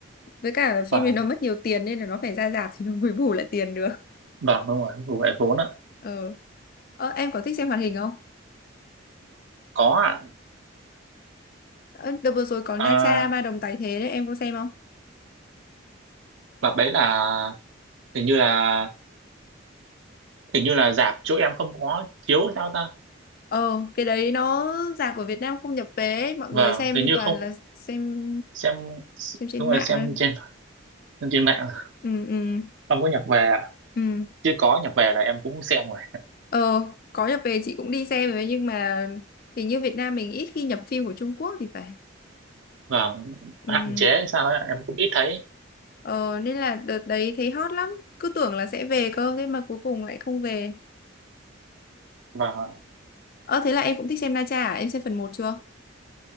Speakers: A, on the left; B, on the right.
A: với cả phim
B: vâng
A: thì nó mất nhiều tiền nên là nó phải ra rạp thì nó mới bù lại tiền được
B: vâng đúng rồi vụ lại vốn ạ
A: ờ ờ em có thích xem hoạt hình không
B: có ạ
A: ờ, đợt vừa rồi có Na
B: à,
A: Cha Ma Đồng Tái Thế đấy em có xem không
B: đợt đấy là hình như là hình như là rạp chỗ em không có chiếu hay sao ta
A: ờ cái đấy nó rạp ở Việt Nam không nhập vé mọi
B: vâng
A: người xem
B: hình như
A: toàn
B: không
A: là xem
B: xem
A: xem trên
B: đúng
A: mạng
B: rồi xem
A: thôi
B: trên xem trên mạng
A: ừ ừ
B: không có nhập về ạ
A: ừ
B: chứ có nhập về là em cũng xem rồi
A: Ờ, có nhập về chị cũng đi xem rồi nhưng mà hình như Việt Nam mình ít khi nhập phim của Trung Quốc thì phải.
B: và
A: Ừ.
B: hạn chế sao ấy, em cũng ít thấy
A: Ờ, nên là đợt đấy thấy hot lắm, cứ tưởng là sẽ về cơ thế mà cuối cùng lại không về.
B: và
A: Ờ thế là em cũng thích xem Na Tra à? Em xem phần một chưa?